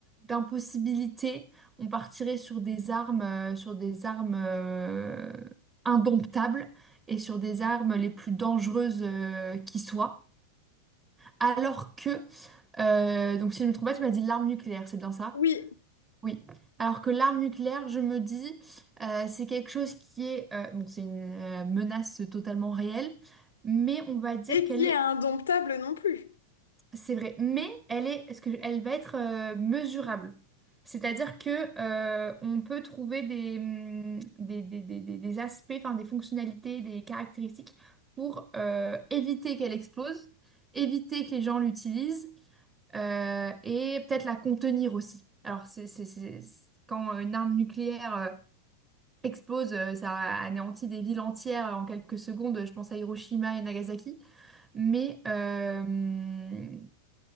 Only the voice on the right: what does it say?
d'impossibilité. On partirait sur des armes, euh, sur des armes euh, indomptables et sur des armes les plus dangereuses euh, qui soient. Alors que euh, donc si je me trompe pas, tu m'as dit l'arme nucléaire, c'est bien ça?
Oui. Alors que l'arme nucléaire, je me dis, euh, c'est quelque chose qui est, euh, bon, c'est une euh, menace totalement réelle, mais on va dire
qu'elle
est,
c'est vrai, mais elle est, est-ce que elle va être euh, mesurable? C'est-à-dire que euh, on peut trouver des, hum, des, des, des, des- des aspects, enfin des fonctionnalités, des caractéristiques pour euh, éviter qu'elle explose, éviter que les gens l'utilisent euh, et peut-être la contenir aussi. Alors, c'est, c'est- c'est- c'est- quand une arme nucléaire euh, explose, euh, ça anéantit des villes entières en quelques secondes. Je pense à Hiroshima et Nagasaki. Mais euh,